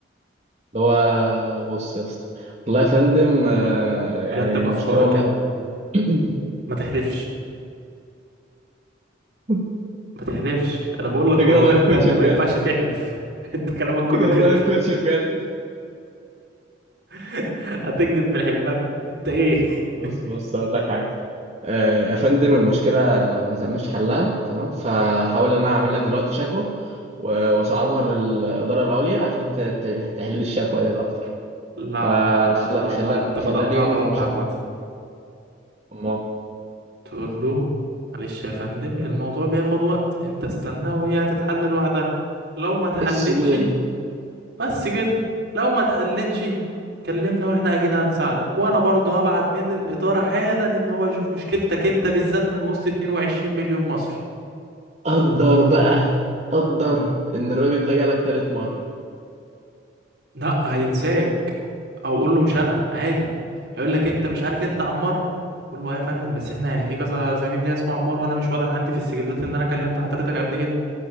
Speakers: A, on the right; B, on the right.
A: اللي هو بص يا اسطى والله يا فندم آه، يعني
B: رتب
A: المشكله
B: أفكارك
A: والله
B: يا ابني
A: <coughs> <clears throat>
B: ما تحلفش
A: انت
B: ما تحلفش انا بقول لك
A: كده
B: والله
A: لايف
B: بجد
A: كوتش بجد
B: ما ينفعش تحلف <laughs> انت كلامك كله
A: انت كده
B: كده
A: لايف كوتش بجد
B: <laughs> هتكذب بالحلفان انت ايه <laughs>
A: بص بص اقول لك حاجه آه، يا فندم المشكلة ما تمش حلها تمام فحاول أنا أعمل لك دلوقتي شكوى و- وأصعدها للإدارة العليا عشان ت- ت- تحل الشكوى ديت أكتر
B: لا
A: فخلال
B: لا لا لا
A: خلال
B: لا انت
A: خلال
B: بدأتها
A: يوم
B: غلط
A: إن شاء
B: عامة
A: الله أما
B: تقول له معلش يا فندم الموضوع بياخد وقت انت استنى وهي هتتحل لوحدها لو ما اتحلتش
A: إيه السهولة دي
B: بس كده لو ما اتحلتش كلمنا واحنا اكيد هنساعدك وانا برضه هبعت من الإدارة حالا ان هو يشوف مشكلتك انت بالذات من وسط 22 مليون مصري
A: قدر بقى قدر إن الراجل ده جالك تالت مرة
B: لا هينساك او قول له مش انا عادي هيقول لك انت مش عارف انت عمار قول له ايه يا فندم بس احنا يعني في كذا زميل ليا اسمه عمار وانا مش واضح عندي في السجلات ان انا كلمت حضرتك قبل كده